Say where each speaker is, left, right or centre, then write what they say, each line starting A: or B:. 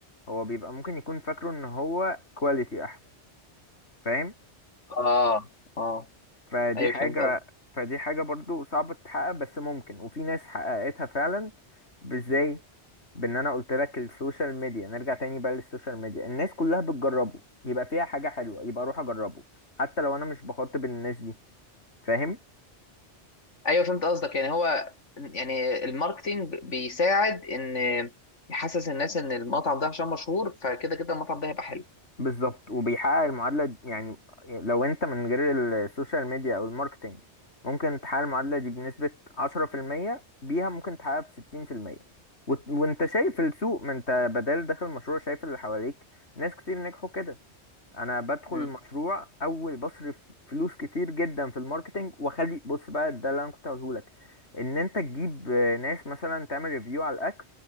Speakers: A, on the left; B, on the left.
A: هو بيبقى ممكن يكون فاكره ان هو كواليتي احسن فاهم
B: اه اه
A: فدي
B: ايوه
A: حاجه
B: فهمت قصدك
A: فدي حاجه برضو صعبه تتحقق بس ممكن وفي ناس حققتها فعلا ازاي بان انا قلت لك السوشيال ميديا نرجع تاني بقى للسوشيال ميديا الناس كلها بتجربه يبقى فيها حاجه حلوه يبقى اروح اجربه حتى لو انا مش بخاطب الناس دي فاهم
B: ايوه فهمت قصدك يعني هو يعني الماركتينج بيساعد ان يحسس الناس ان المطعم ده عشان مشهور فكده كده المطعم ده هيبقى حلو
A: بالظبط وبيحقق المعادلة يعني لو انت من غير السوشيال ميديا او الماركتينج ممكن تحقق المعادلة دي بنسبة عشرة في المية بيها ممكن تحققها بستين في المية وانت شايف السوق ما انت بدل داخل مشروع شايف اللي حواليك ناس كتير نجحوا كده انا بدخل
B: امم
A: المشروع اول بصرف فلوس كتير جدا في الماركتينج واخلي بص بقى ده اللي انا كنت هقوله لك ان انت تجيب آه، ناس مثلا تعمل ريفيو على الاكل